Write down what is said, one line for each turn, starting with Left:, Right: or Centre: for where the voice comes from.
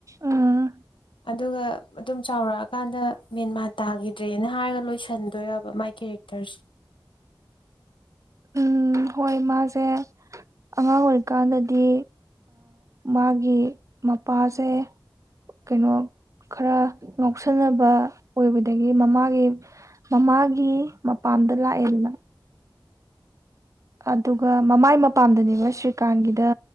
Right: ꯎꯝ
Left: ꯑꯗꯨꯒ ꯑꯗꯨꯝ ꯆꯥꯎꯔꯛ ꯆ ꯀꯥꯟꯗ ꯃꯦꯟꯃꯥ ꯇꯥꯈꯤꯗ꯭ꯔꯦꯅ ꯍꯥꯏꯔꯒ ꯂꯣꯏꯁꯟꯗꯣꯏꯕ ꯃꯥꯏ ꯀꯦꯔꯦꯛꯇꯔꯁꯦ
Right: ꯎꯝ ꯍꯣꯏ ꯃꯥꯁꯦ ꯑꯉꯥꯡ ꯑꯣꯏꯔꯤꯀꯥꯟꯗꯗꯤ ꯃꯥꯒꯤ ꯃꯄꯥꯁꯦ ꯀꯩꯅꯣ ꯈꯔ ꯉꯥꯎꯁꯟꯅꯕ ꯑꯣꯏꯕꯗꯒꯤ ꯃꯃꯥꯒꯤ ꯃꯃꯥꯒꯤ ꯃꯄꯥꯝꯗ ꯂꯥꯛꯑꯦꯗꯅ ꯑꯗꯨꯒ ꯃꯃꯥꯏ ꯃꯄꯥꯝꯗꯅꯦꯕ
Left: ꯎꯝ
Right: ꯁ꯭ꯔꯤꯀꯥꯟꯒꯤꯗ